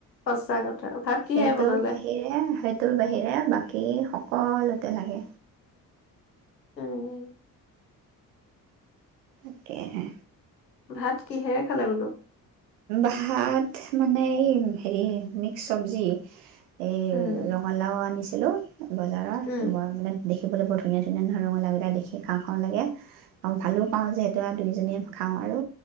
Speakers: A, on the left; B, on the right.
A: সঁচা কথা ভাত কিহেৰে
B: সেইটোৰ
A: বনালে
B: বাহিৰে সেইটোৰ বাহিৰে বাকী সক কলতে লাগে
A: উম
B: উকিয়াই হে
A: ভাত কিহেৰে খালে বুলু
B: ভাত মানেই হেৰি মিক্স চব্জি এই
A: উম
B: ৰঙালাও আনিছে হেলো বজাৰৰ
A: উম
B: কোমোৰাবিলাক দেখিবলৈ বৰ ধুনীয়া ধুনীয়া এনেধৰণৰ ৰঙালাও কেইটা দেখি খাওঁ খাওঁ লাগে আৰু ভালোপাওঁ যিহেতুয়ে দুইজনীয়ে খাওঁ আৰু